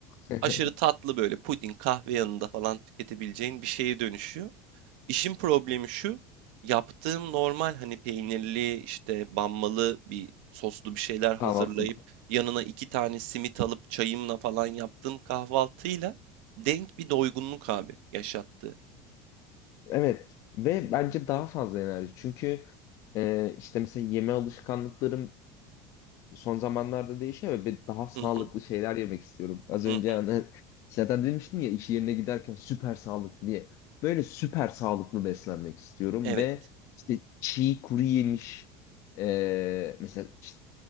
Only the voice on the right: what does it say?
aşırı tatlı böyle puding kahve yanında falan tüketebileceğin bir şeye dönüşüyor. İşin problemi şu. Yaptığım normal hani peynirli işte banmalı bir soslu bir şeyler
hazırlayıp yanına iki tane simit alıp çayımla falan yaptığım kahvaltıyla denk bir doygunluk abi yaşattı.
Hı hı
hı
hı.
Evet.